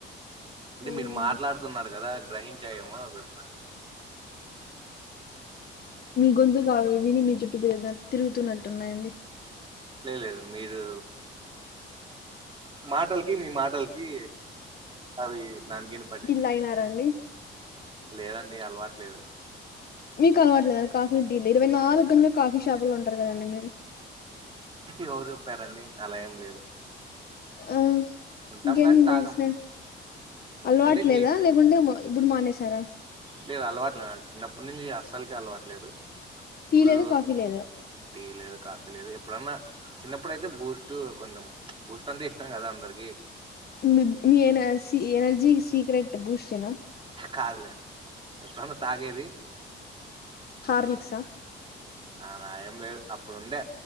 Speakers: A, on the right (about 25°); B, on the left (about 50°).
A: అంటే
B: పోయినండి
A: మీరు మాట్లాడుతున్నారు కదా గ్రహించయేమో అవి
B: మీ గొంతుకు అవి విని మీ చుట్టు తిరుగుతున్నట్టున్నాయండి
A: లేదు లేదు మీరు మాటలకి మీ మాటలకి అవి నాన్న గిన పడే
B: తాగినారా అండి
A: లేదండి అలవాట్ లేదు
B: మీకలవట్లేదండి కాఫీ టీలు ఇరవై నాలుగు గంటలు కాఫీ షాపులో ఉంటారు కదండి మీరు
A: ఎవరు చెప్పారండి అలా ఏం లేదు
B: ఆ
A: ఉంటాం
B: ఇంకేమ్
A: కానీ
B: ధిసిన
A: తాగం
B: అలవాట్లేదా
A: అంటే నేను
B: లే ఉండేమో ఇప్పుడు మానేసారా
A: లేదు అలవాట్లేద్ నాకు చిన్నప్పటి నుంచి అస్సల్కే అలవాట్లేదు ఇప్పుడు
B: టీ లేదు కాఫీ లేదు
A: టీ లేదు కాఫీ లేదు ఎప్పుడన్నా చిన్నప్పుడైతే బూస్ట్ కొంచెం బూస్ట్ అంటే ఇష్టం గదా అందరికీ
B: మీ మీ ఎనర్జీకి సీక్రెట్ బూస్ట్ ఎనా
A: కాదులేండి ఎప్పుడన్నా తాగేది
B: హార్లిక్సా
A: అలా ఏం లేదు అప్పుడుండే